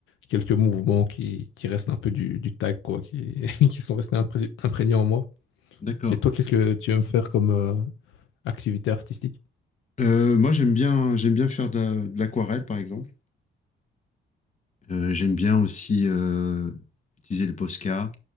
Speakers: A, on the left; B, on the left.
A: quelques mouvements qui, qui restent un peu du, du tag, quoi, qui, <laughs> qui sont restés impré- imprégnés en moi.
B: D'accord.
A: Et toi, qu'est-ce que tu aimes faire comme euh, activité artistique?
B: Euh, moi, j'aime bien, j'aime bien faire de la- de l'aquarelle, par exemple. Euh, j'aime bien aussi euh, utiliser le Posca,